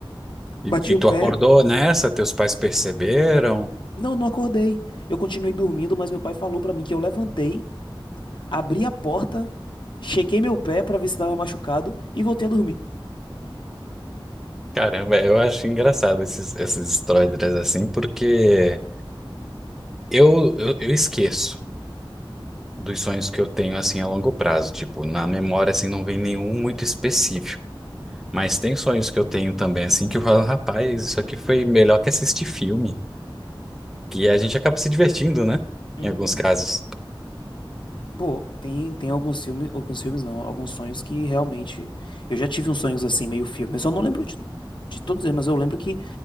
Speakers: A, in the centre; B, on the left.
A: E,
B: Bati o
A: e tu
B: pé.
A: acordou nessa? Teus pais perceberam?
B: Não, não acordei. Eu continuei dormindo, mas meu pai falou pra mim que eu levantei, abri a porta, chequei meu pé pra ver se tava machucado e voltei a dormir.
A: Caramba, eu acho engraçado esses, essas histórias assim, porque eu, eu, eu esqueço dos sonhos que eu tenho assim a longo prazo. Tipo, na memória assim não vem nenhum muito específico. Mas tem sonhos que eu tenho também assim que eu falo, rapaz, isso aqui foi melhor que assistir filme. Que a gente acaba se divertindo, né?
B: Uhum.
A: Em alguns casos.
B: Pô, tem, tem alguns filmes, alguns filmes não, alguns sonhos que realmente. Eu já tive uns sonhos assim, meio filme. Eu só não lembro de, de todos eles, mas eu lembro que